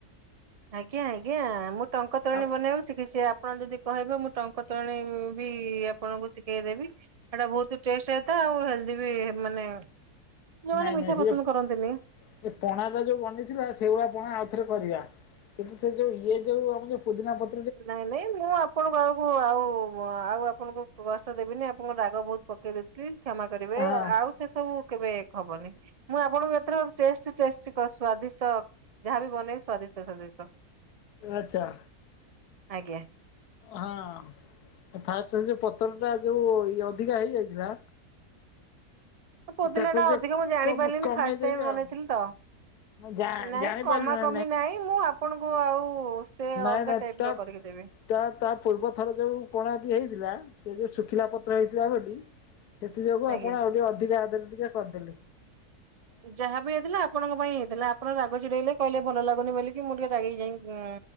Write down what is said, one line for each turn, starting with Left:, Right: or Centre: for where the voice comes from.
Right: ଆଜ୍ଞା ଆଜ୍ଞା ମୁଁ ଟଙ୍କ ତୋରାଣୀ
Left: ଆଉ
Right: ବନେଇବା ଶିଖିଛି ଆପଣ ଯଦି କହିବ ମୁଁ ଟଙ୍କ ତୋରାଣୀ ବି ଆପଣଙ୍କୁ ଶିଖେଇଦେବି। ସେଇଟା ବହୁତ ଟେଷ୍ଟ ହେଇଥାଏ ଆଉ ହେଲ୍ଦି ବି ମାନେ ଯୋଉମାନେ
Left: ନାଇଁ
Right: ମିଠା
Left: ନାଇଁ ସେ
Right: ପସନ୍ଦ କରନ୍ତିନି
Left: ତ ସେ ପଣା ଟା ଯୋଉ ବନେଇଥିଲ ସେଇଭଳିଆ ପଣା ଆଉଥରେ କରିବା। କିନ୍ତୁ ସେ ଯୋଉ ଇଏ ଯୋଉ ଆମ ଯୋଉ ପୋଦିନା ପ
Right: ନାଇଁ ନାଇଁ ମୁଁ ଆପଣଙ୍କୁ ଆଉ କହ ଆଉ ଆଉ ଆପଣଙ୍କୁ କଷ୍ଟ ଦେବିନି ଆପଣଙ୍କ ରାଗ ବହୁତ ପକେଇଦେବି। ପ୍ଲିଜ଼ କ୍ଷମା କରିବେ
Left: ହଁ
Right: ଆଉ ସେ ସବୁ କେବେ ହବନି ମୁଁ ଆପଣଙ୍କୁ ଏଥର ଟେଷ୍ଟ ଟେଷ୍ଟ ସ୍ଵାଦିଷ୍ଟ ଯାହାବି ବନେଇବି ସ୍ଵାଦିଷ୍ଟ ସ୍ଵାଦିଷ୍ଟ।
Left: ଆଚ୍ଛା
Right: ଆଜ୍ଞା
Left: ହଁ ଫାଷ୍ଟ ଯୋଉ ପତ୍ର ଟା ଯୋଉ ଇ ଅଧିକା ହେଇଯାଇଥିଲା
Right: ପୋଦିନା
Left: ତାକୁ
Right: ଟା
Left: ଟିକେ
Right: ଅଧିକ ମୁଁ ଜାଣି
Left: କମ
Right: ପାରିଲିନି
Left: କମେଇଦେବି
Right: ଫାଷ୍ଟ ଟାଇମ ବନେଇଥିଲି
Left: ଆଉ
Right: ତ
Left: ଜା
Right: ନାଇଁ
Left: ଜାଣିପାରିଲୁ
Right: କମା
Left: ନା
Right: କମି ନାଇଁ ମୁଁ ଆ ଆପଣଙ୍କୁ ଆଉ ସେ
Left: ନାଇଁ
Right: ଅଲଗା
Left: ନାଇଁ
Right: ଟାଇପର
Left: ତା
Right: କରିକି ଦେବି।
Left: ତା ତା ପୂର୍ବ ଥର ଯୋଉ ପଣାଟି ହେଇଥିଲା ସେ ଯୋଉ ଶୁଖିଲା ପତ୍ର ହେଇଥିଲା ବୋଲି ସେଥି ଯୋଗୁ ଆପଣ
Right: ଆଜ୍ଞା।
Left: ଆଉ ଟିକେ ଅଧିକା ଦେଲେ ଟିକେ କରିଦେଲି।
Right: ଯାହା ବିି ହେଇଥିଲା ଆପଣଙ୍କ ପାଇଁ ହେଇଥିଲା ଆପଣ ରାଗ ଛିଡେଇଲେ କହିଲେ ଭଲ ଲାଗୁନି ବୋଲିି ମୁଁ ଟିକେ ରାଗିକି ଯାଇକି